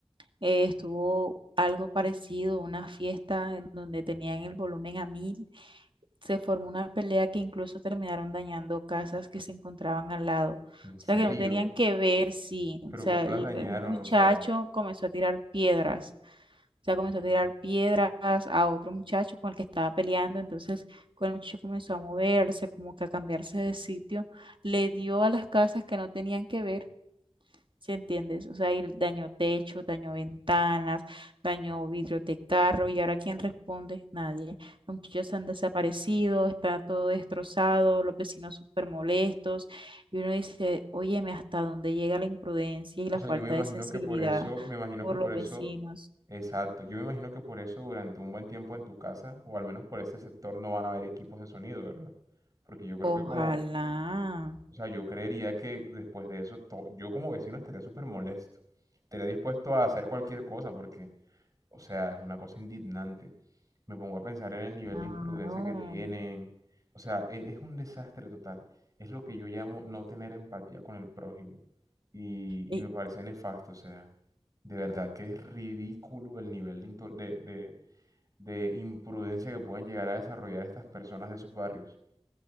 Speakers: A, on the right (about 50°); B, on the right (about 35°).
A: eh, estuvo algo parecido, una fiesta en donde tenían el volumen a mil, se formó una pelea que incluso terminaron dañando casas que se encontraban al lado, o
B: ¿En
A: sea,
B: serio?
A: que no tenían que ver, sí, o
B: Pero
A: sea,
B: cómo
A: el-
B: las dañaron,
A: eh, un muchacho
B: o sea,
A: comenzó a tirar piedras sea, comenzó a tirar piedras a otro muchacho con el que estaba peleando. Entonces, cuando el muchacho comenzó a moverse, como que a cambiarse de sitio, le dio a las casas que no tenían que ver, ¿sí entiendes? O sea, y dañó techo, dañó ventanas, dañó vidrio de carro. ¿Y ahora quién responde? Nadie. Los muchachos han desaparecido, está todo destrozado, los vecinos súper molestos. Y uno dice, óyeme, ¿hasta dónde llega la imprudencia y
B: o
A: la
B: sea,
A: falta
B: yo me imagino
A: de sensibilidad
B: que por eso, me imagino
A: por
B: que por
A: los
B: eso,
A: vecinos?
B: exacto, yo me imagino que por eso durante un buen tiempo en tu casa, o al menos por este sector, no van a haber equipos de sonido, ¿verdad? Porque yo creo
A: Ojalá,
B: que como O sea, yo creería que después de eso, to- yo como vecino estaría súper molesto. Estaría dispuesto a hacer cualquier cosa porque, o sea, es una cosa indignante. Me pongo a pensar en el nivel
A: claro.
B: de imprudencia que tienen. O sea, e- es, un desastre total. Es lo que yo llamo no tener empatía con el prójimo. Y,
A: Y-
B: y me parece nefasto, o sea, de verdad que es ridículo el nivel de, into- de, de de imprudencia que pueden llegar a desarrollar estas personas de esos barrios.